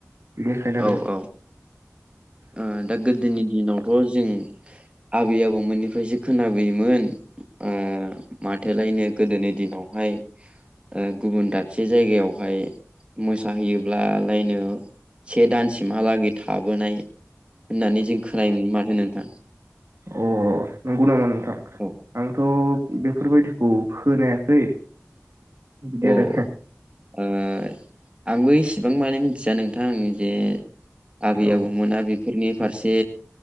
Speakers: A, on the right; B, on the right.
A: बेखायनो आरो
B: औ औ ओ दा गोदोनि दिनावथ जों आबै आबौमोननिफ्रायसो खोनाबोयोमोन ओ माथोलायनो गोदोनि दिनावहाय ओ गुबुन दाबसे जायगायावहाय मोसाहैयोब्ला लायनो से दानसिमहालागै थाबोनाय होननानै जों खोनायोमोन माथो नोंथां
A: अ नंगौ नामा नोंथां
B: औ
A: आंथ बेफोरबायदि औ खोनायाखै बिदि
B: औ
A: आरो
B: ओ आंबो इसेबां माने मिथिया नोंथां जे आबै
A: औ
B: आबौमोना बे फोरनि फारसे